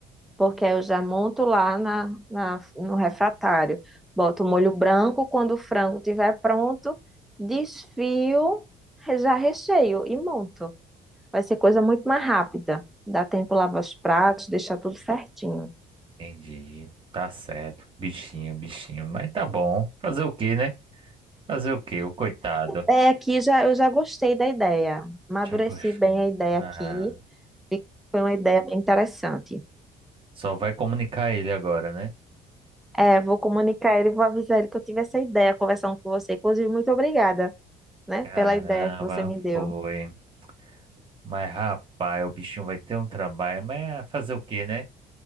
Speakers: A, in the centre; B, on the right.
A: porque aí eu já monto lá na, na- no refratário. Boto o molho branco, quando o frango estiver pronto, desfio, já recheio e monto. Vai ser coisa muito mais rápida. Dá tempo lavar os pratos, deixar tudo certinho.
B: entendi. Tá certo. Bichinho, bichinho. Mas tá bom. Fazer o quê, né? Fazer o quê? O coitado.
A: É, aqui já, eu já gostei da ideia. Amadureci
B: Já gostando.
A: bem a ideia
B: Ah,
A: aqui. Foi uma ideia bem interessante.
B: só vai comunicar ele agora, né?
A: É, vou comunicar ele, vou avisar ele que eu tive essa ideia conversando com você. Inclusive, muito obrigada, né,
B: Caramba,
A: pela ideia que você me deu.
B: foi. Mas rapaz, o bichinho vai ter um trabalho, mas é fazer o quê, né?